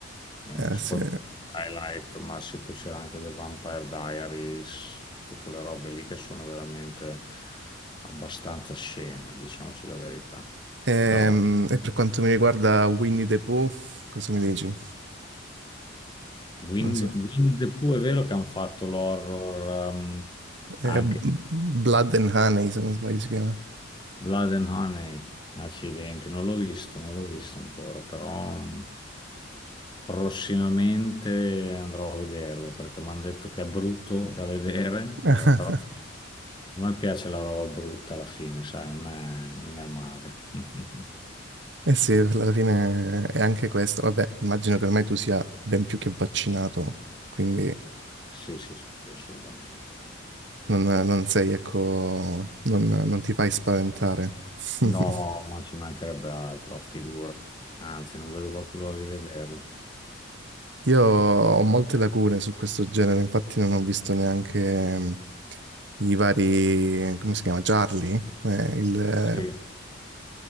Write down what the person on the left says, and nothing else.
Eh,
soprattutto
Twilight, ma sì, poi c'era anche The Vampire Diaries, tutte quelle robe lì che sono veramente abbastanza sceme, diciamoci la verità.
Però
Winnie,
Winnie the Pooh è vero che hanno fatto l'horror ehm,
anche
di
Blood and Honey, accidenti, non l'ho visto, non l'ho visto ancora, però... mm, Prossimamente andrò a vederlo perché mi hanno detto che è brutto da vedere,
eh, però a me piace la roba brutta alla fine, sai, non è, non è male. <laughs>
Sì, sì, sì, sì, sì, assolutamente.
No, ma ci mancherebbe altro, figura. Anzi, non vedo proprio l'ora di vederlo.
Sì,